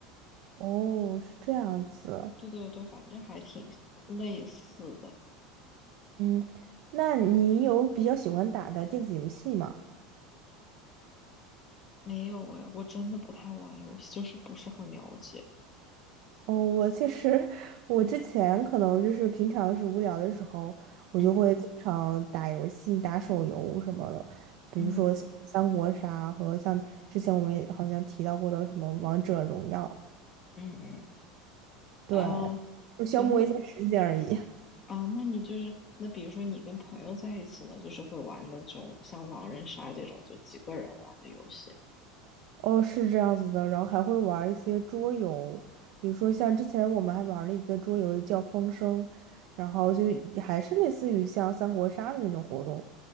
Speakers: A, on the right; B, on the left.
A: 哦，是这样子，
B: 对对对，反正还挺类似的。
A: 嗯，那你有比较喜欢打的电子游戏吗？
B: 没有哎，我真的不太玩游戏，就是不是很了解。
A: 哦，我其实我之前可能就是平常是无聊的时候，我就会经常打游戏、
B: 嗯
A: 打手游什么的，比如说像三国杀和像之前我们也好像提到过的什么王者荣耀，
B: 嗯嗯嗯，
A: 对，
B: 呃，
A: 就消磨一下时间而已。
B: 对，那啊，那你就是那比如说你跟朋友在一起呢，就是会玩那种像狼人杀这种就几个人玩的游戏。
A: 哦，是这样子的，然后还会玩一些桌游，比如说像之前我们还玩了一个桌游叫《风声》，然后就还是类似于像三国杀的那种活动，